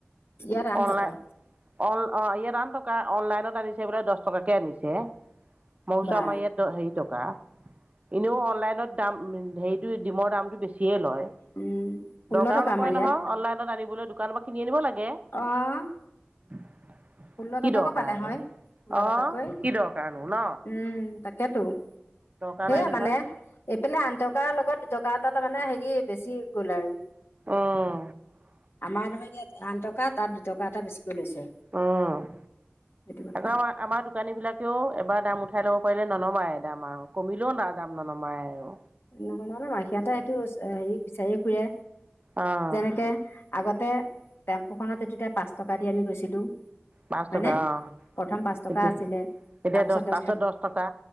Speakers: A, on the left; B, on the right.
A: ইয়াত আঠ
B: অনলাই।
A: টকা
B: অন-অ, ইয়াত আন থকা অনলাইনত আনিছে বোলে দছ টকাকে আনিছে। মই কৈছোঁ
A: বা
B: আমাৰ ইয়াত দ হেৰি টকা। ইনেও অনলাইনত দাম হেৰিটো ডিমৰ দামটো বেছিয়ে লয়।
A: উম ষোল্ল
B: দৰকাৰো
A: টকা
B: নপৰে
A: আমাৰ ইয়াত
B: নহয় অনলাইনত আনিবলৈ দোকানৰ পা কিনি আনিব লাগে।
A: অ'।
B: <inaudible>
A: ষোল্ল
B: কি
A: টকাক
B: দৰকাৰনো
A: পালে হয়, ষোল্ল
B: অ
A: টকাকৈ।
B: কি দৰকাৰনো ন
A: উম, তাক কেতো,
B: দৰকাৰ
A: সেয়া
B: নাই নহয়
A: মানে। এইপেলে আন টকাৰ লগত দুটকা এটা তাৰ মানে হেৰি বেছি গ'ল আৰু।
B: উম
A: আমাৰ ধৰ ইয়াত আন টকা তাত দুটকা এটা বেছিকৈ লৈছে।
B: অ',
A: সেইটো কথা
B: আকৌ আমা-আমাৰ দোকানীবিলাকেও এবাৰ দাম উঠাই ল'ব পাৰিলে ননমাই। দাম আৰু কমিলেও নাই দাম ননমাই আৰু।
A: ন-ননমায়। সিহঁতে এইটো হেৰি বিচাৰিয়ে ফুৰে।
B: অঁ
A: যেনেকে আগতে টেম্পুখনত উঠোঁতে পাঁচ টকা দি আমি গৈছিলো।
B: পাঁচ
A: হয়নে
B: টকা অ'।
A: প্ৰথম পাঁচ টকা
B: এতি
A: আছিলে
B: এতিয়া
A: তাৰ পিছত
B: দছ
A: দহ
B: তাৰছত দছ টকা।